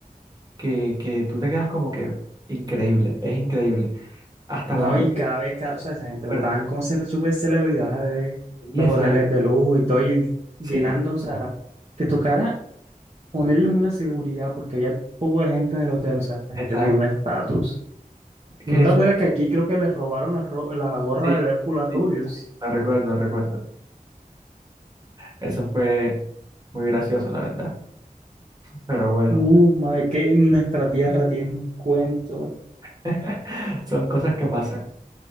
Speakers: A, on the right; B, on the right.
A: que, que tú te quedas como que increíble, es increíble. Hasta
B: No,
A: la, los
B: y cada vez, cada- o sea, esa gente
A: puertos.
B: lo estaban como ser súper celebridad de
A: Y
B: los
A: exacto,
B: hoteles de lujo y todo, y llenando,
A: sí,
B: o sea, te tocara ponerles una seguridad porque había poco de gente en el hotel, o sea, esa
A: exacto.
B: gente tiene un estatus.
A: Es
B: ¿No
A: que
B: te
A: eso
B: acuerdas
A: es,
B: que aquí creo que les robaron la, ro- la gorra
A: sí,
B: de Deadpool a Rubius?
A: sí, lo recuerdo, lo recuerdo. Eso fue muy gracioso, la verdad. Pero bueno,
B: Uh, madre, que nuestra tierra tiene un cuento.
A: <laughs> son cosas que pasan.